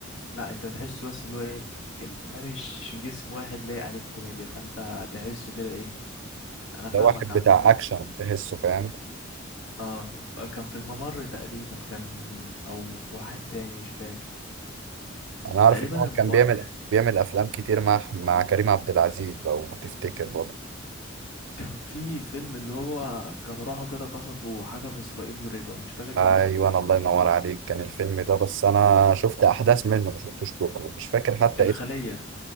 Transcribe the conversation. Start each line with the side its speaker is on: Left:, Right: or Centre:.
Left: لا انت تحسه بس اللي هو ايه ال- ده مش جسم واحد لايق عليك كوميديا فانت تحسه كده ايه انا فاهمك
Right: ده واحد
Left: عامة
Right: بتاع اكشن تحسه فاهم
Left: اه كان في الممر تقريبا كان او في واحد تاني مش فاكر
Right: انا عارف
Left: تقريبا
Right: ان هو
Left: الممر
Right: كان بيعمل بيعمل افلام كتير مع مع كريم عبد العزيز لو تفتكر برضه
Left: كان في فيلم اللي هو كان راحوا كده قصفوا حاجة في اسرائيل ورجعوا مش فاكر
Right: ايوه
Left: كان اسمه ايه
Right: أنا الله ينور عليك كان الفيلم ده بس انا شفت احداث منه ما شفتوش كله مش فاكر حتى
Left: الخلية
Right: اسمه